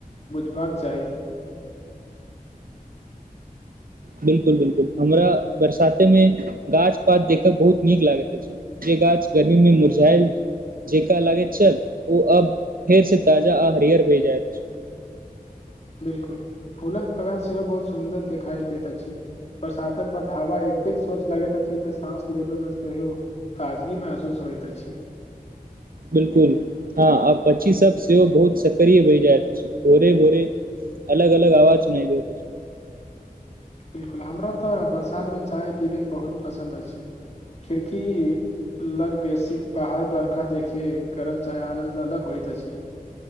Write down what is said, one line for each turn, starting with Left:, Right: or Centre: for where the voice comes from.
Left: बुझबाक चाही।
Right: 'बिल्कुल'- 'बिलकुल' हमरा बरसाते मे, गाछ पात देखय बहुत नीक लागैत अछि। जे गाछ गर्मी मे मुरझाल जेका लागे छल, ओ अब फेर से ताजा आ हरियर होए जायत छय।
Left: 'बिलकुल'! फूलक बगान सेहो बहुत सुन्दर देखाई देैत अछि। बरसातक बाद, हवा एतेक स्वचछ लगैत अछि जे, साँस लेबे मे सेहो ताजगी महसूस होइत अछि।
Right: 'बिलकुल! ' हँ आ पक्षी सब सेहो बहुत सक्रिय बहि जायत अछी, भोरे -भोरे अलग- अलग अवाज सुनाय दैत छिअ।
Left: 'बिलकुल'! हमरा तऽ बरसातमे चाय पीबैके बहुत पसन्द अछि, खिड़की लग बेसी बाहर बर्खा देखे, गरम चाहक आनन्द अलग होइत अछि।